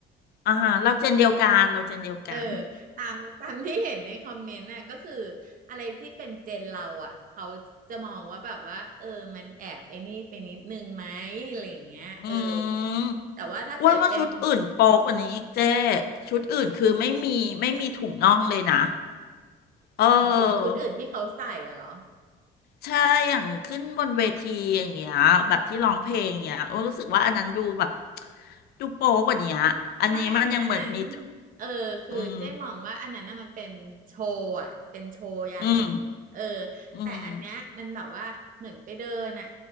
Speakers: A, on the left; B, on the right.
A: อ่าฮะเราเจนเดียวกันเราเจนเดียวกัน
B: เออตามตามที่เห็นในคอมเมนต์น่ะก็คืออะไรที่เป็นเจนเราอ่ะเขาจะมองว่าแบบว่าเออมันแอบไอ้นี่ไปนิดนึงไหมอะไรอย่างเงี้ยเออ
A: <laughs> อืม
B: แต่ว่าถ้าเกิดเป็น
A: อ้วนว่าชุดอื่นโป๊กว่านี้อีกเจ้ชุดอื่นคือไม่มีไม่มีถุงน่องเลยนะเออ
B: หมายถึงชุดอื่นที่เขาใส่อะเหรอ
A: ใช่อย่างขึ้นบนเวทีอย่างเงี้ยแบบที่ร้องเพลงเงี้ยโอ้รู้สึกว่าอันนั้นดูแบบ ดูโป๊กว่านี้อะอันนี้มันยังเหมือนมี
B: ไม่อันอันนั้นเออคือเจ๊มองว่าอันนั้นน่ะมันเป็นโชว์อ่ะเป็นโชว์อย่าง
A: อืมอืม
B: เออ
A: อืม
B: แต่อันเนี้ยมันแบบว่าเหมือนไปเดินอ่ะ